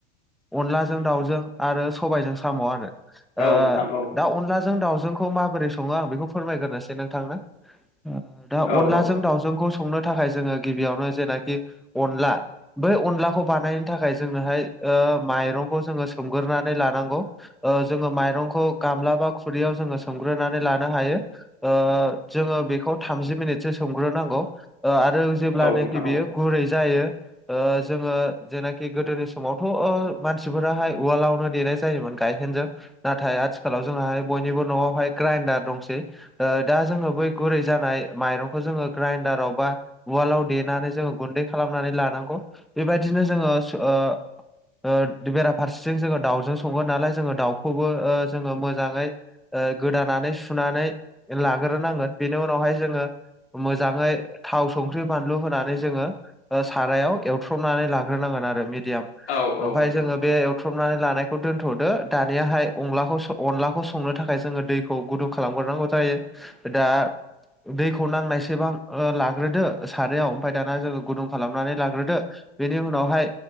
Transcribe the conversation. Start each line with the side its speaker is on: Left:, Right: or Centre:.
Centre: अनलाजों दाावजों आरो सबायजों साम' आरो ओ
Left: औ नोंथां औ
Centre: दा अनलाजों दाउजोंखौ माबोरै सङो आं बेखौ फोरमायग्रोनोसै नोंथांनो ओ दा
Left: औ
Centre: अनलाजों
Left: औ
Centre: दावजोंखौ संनो थाखाय जोङो गि गिबियावनो जेनाखि अनला बै अनलाखौ बानायनो थाखाय जोंनोहाय ओ माइरंखौ जोङो सोमगोरनै लानांगौ। ओ जोङो माइरंखौ गामला बा खुरैयाव जोङो सोमग्रोनानै लानो हायो। ओ जोङो बेखौ थामजि मिनिटसो सोमग्रोनांगौ ओ आरो जेब्लानाखि
Left: नोंथां
Centre: बेयो
Left: औ
Centre: गुरै जायो ओ जोङो जेना खि गोदोनि समावथ' ओ मानसिफोराहाय उवालावनो देनाय जायोमोन गायहेनजों नाथाय आथिखालाव जोंहाय बयनिबो न'आवहाय ग्राइडार दंसै। दा जोङो बै गुरै जानाय माइरंखौ जोङो ग्राइडाराव बा उवालाव देनानै जोङो गुन्दै खालामनानै लानांगौ बेबायदिनो जोङो ओ ओ बेराफारसेथिं जोङो दाउजों संगोन नालाय जोङो दाउखौ बो ओ जोङो मोजाङै ओ गोदानानै सुनानै लाग्रोनांगोन। बेनि उनावहाय जोङो मोजाङै थाव, संख्रि, बानलु होनानै जोङो ओ सारायाव एवथ्रमनानै लाग्रोनांगोन आ ओ मिडयाम
Left: औ औ
Centre: ओमफ्राय
Left: नोंथां
Centre: जोङो बे बुख्रुबनानै लानायखौ दोन्थ'दो दानियाहाय अनलाखौ अनलाखौ संनो थाखाय जोङो दैखौ गुदुं खालामग्रोनांगौ जायो दा दैखौ नांनायसेबां ओ लाग्रोदो सारायाव ओमफफ्राय दाना जोङो गुदुं खालामनानै लाग्रोदो बेनि उनावहाय